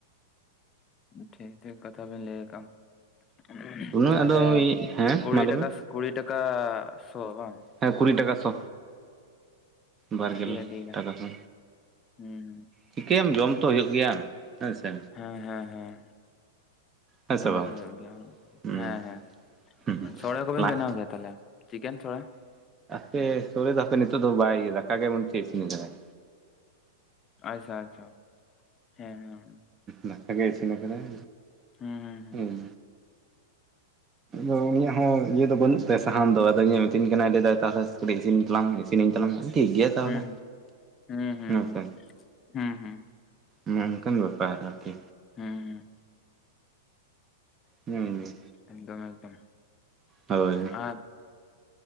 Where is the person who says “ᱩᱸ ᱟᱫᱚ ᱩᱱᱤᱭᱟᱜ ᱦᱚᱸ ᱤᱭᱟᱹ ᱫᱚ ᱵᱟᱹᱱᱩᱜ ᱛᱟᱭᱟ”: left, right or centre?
Right